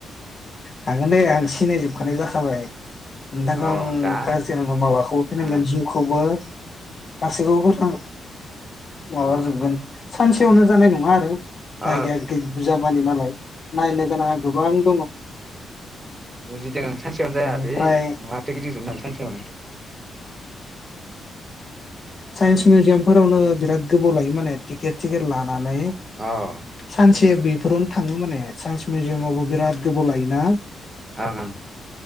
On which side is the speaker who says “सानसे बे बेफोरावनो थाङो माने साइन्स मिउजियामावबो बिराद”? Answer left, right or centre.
Left